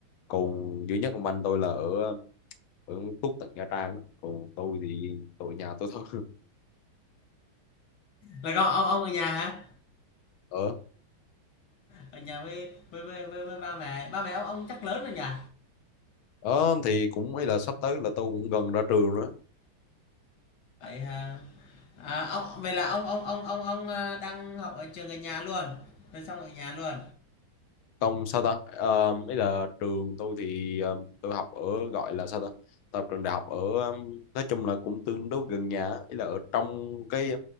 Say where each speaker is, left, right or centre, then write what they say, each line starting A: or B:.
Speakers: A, on the left; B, on the left.
A: còn duy nhất ông anh tôi là ở ở Túc tận Nha Trang đó. còn tôi thì tôi ở nhà tôi thôi
B: Là con ông ông ở nhà hả?
A: <laughs> ở
B: Ở nhà với với với với, với ba mẹ. Ba mẹ ông ông chắc lớn rồi nhỉ?
A: ở thì cũng ấy là sắp tới là tôi cũng gần ra trường nữa
B: Vậy hả? À, ông vậy là ông ông ông ông ông à, đang học ở trường gần nhà luôn. Rồi xong ở nhà luôn.
A: không sao ta Ờ, ấy là trường tôi thì ờ, tôi học ở gọi là sao ta tập trường đại học ở ờ, nói chung là cũng tương đối gần nhà ấy là ở trong cái